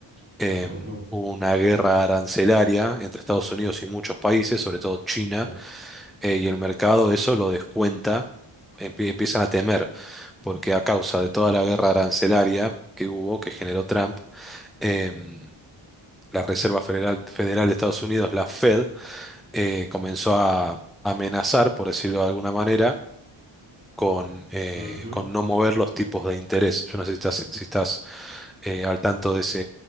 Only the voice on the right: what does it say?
Ujú,
sí.
Ujú.